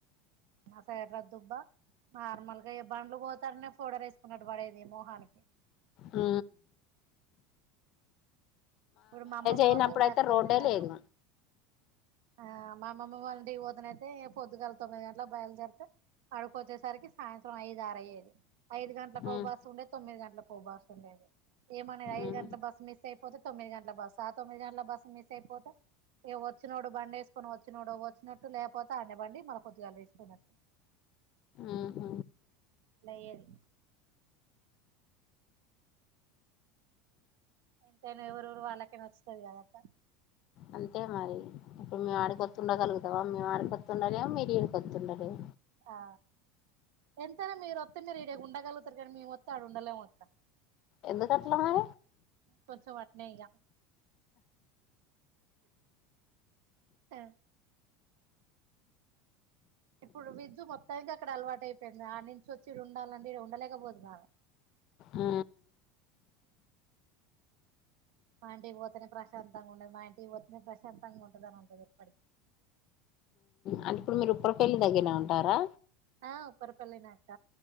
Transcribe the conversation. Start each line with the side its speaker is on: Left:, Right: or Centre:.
Right: అసలే ఎరదుబ్బా నార్మల్గా బండ్లు పోతారనే పౌడర్ వేసుకున్నట్టు పడేది మోహానికి
Left: ఆ
Right: ఇప్పుడు అమ్మమ్మ
Left: అయినప్పుడైతే
Right: వాళ్ళ కూడా అక్కడే
Left: రోడ్డే
Right: కదా
Left: లేదు
Right: ఆ మా అమ్మమ్మ వాళ్ళ ఇంటికి పోతే పొద్దుగాల తొమ్మిది గంటలకు బయలుదేరతే ఆడికి వచ్చేసరికి సాయంత్రం ఐదు ఆరు అయ్యేది ఐదు గంటలకు ఒక
Left: ఉమ్,
Right: బస్సు ఉండేది తొమ్మిది గంటలకు ఒక బస్సు ఉండేది ఏమ ఐదు
Left: ఉమ్,
Right: గంటల బస్సు మిస్ అయిపోతే తొమ్మిది గంటల బస్ ఆ తొమ్మిది గంటల బస్సు మిస్ అయిపోతే ఇగ వచ్చిననోడు బండి వేసుకొని వచ్చినోడు వచ్చినట్టు లేకపోతే ఆడ్నే పండి పొద్దుగాల లేచి పోవడం
Left: ఆ హు
Right: అయ్యేది ఎంతైనా ఎవరు ఊరు వాళ్ళకై నచ్చుతది కదా
Left: అంతే మరి ఇప్పుడు మేము ఉండగలుగుతామా వాడికత్తే ఉండలేరు మేము ఏడికి వస్తే ఉండలేము ఈడికొతుండాల
Right: ఆ ఎంతనా మీరు ఆతే మీరు ఈడ ఉండగలుగుతారు కానీ మేముస్త ఆడ ఉండలేము అక్క
Left: ఎందుకట్లా మరి
Right: కొంచెం అట్నేయగా ఆ ఇప్పుడు విజ్యు మొత్తానికి అక్కడ అలవాటు అయిపోయింది ఆడి నుంచి వచ్చి ఈడ ఉండాలండి ఉండలేకపోతుంది ఆమె
Left: ఉ
Right: మా ఇంటి పోతనే ప్రశాంతంగా ఉండదు మా ఇంటి పోతనే ప్రశాంతంగా ఉంటద అనింటంది ఎప్పటికీ
Left: అంటే ఇప్పుడు మీరు ఉప్పురపల్లి దగ్గరనే ఉంటారా
Right: ఆ ఉప్పరపల్లి నే అక్క